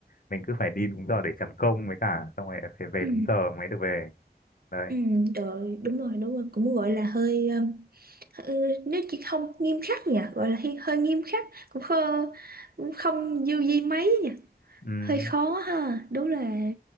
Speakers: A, on the left; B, on the right.
A: mình cứ phải đi đúng giờ để chấm công với cả xong rồi phải về
B: Ừ.
A: đúng giờ mới được về đấy
B: Ừ, rồi đúng rồi đúng rồi cũng gọi là hơi ờ, Ừ, nếu chỉ không nghiêm khắc nhỉ gọi là hi- hơi nghiêm khắc cũng không cũng không du di mấy nhỉ
A: ừ
B: hơi khó ha đúng là